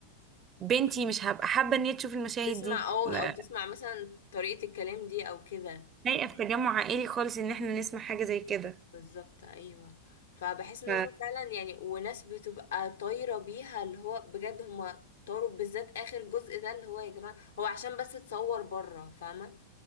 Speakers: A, on the right; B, on the left.
A: بنتي مش هبقى حابة ان هي تشوف المشاهد
B: تسمع
A: دي
B: اه
A: م-
B: او تسمع مثلا طريقه الكلام دي او كده
A: لايقة في تجمع عائلي خالص ان احنا نسمع حاجة زي كده
B: بالظبط ايوه فبحس ان
A: ف-
B: هم فعلا يعني وناس بتبقى طايره بيها اللي هو بجد هم طاروا بالذات اخر جزء ده اللي هو يا جماعه هو عشان بس اتصور بره فاهمه